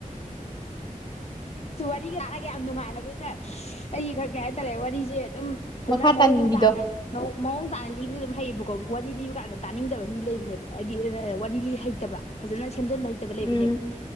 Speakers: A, on the left (about 50°); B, on the left (about 30°).
A: ꯑꯁ ꯋꯥꯔꯤꯒ ꯇꯥꯔꯒ ꯌꯥꯝ ꯅꯨꯡꯉꯥꯏꯔꯒꯒ ꯁꯁ ꯑꯩ ꯈꯪ ꯀꯩ ꯍꯥꯏꯇꯥꯔꯦ ꯋꯥꯔꯤꯖꯦ ꯑꯗꯨꯝ ꯐꯖꯅ
B: ꯃꯈꯥ
A: ꯃꯑꯣꯡ
B: ꯇꯥꯅꯤꯡꯕꯤꯗꯣ
A: ꯇꯥꯅ ꯃꯑꯣꯡ ꯃꯑꯣꯡ ꯇꯥꯅ ꯂꯤꯕꯁꯨ ꯑꯗꯨꯝ ꯍꯩꯌꯦꯕꯀꯣ ꯋꯥꯔꯤ ꯂꯤꯕ ꯀꯥꯟꯗ ꯇꯥꯅꯤꯡꯗꯕ ꯃꯤ ꯂꯩꯕꯅꯦꯕ ꯍꯥꯏꯗꯤ ꯔ ꯋꯥꯔꯤ ꯂꯤ ꯍꯩꯇꯕ ꯐꯖꯅ ꯁꯦꯝꯖꯟꯕ ꯍꯩꯇꯕ ꯂꯩꯕꯅꯦꯕ
B: ꯎꯝ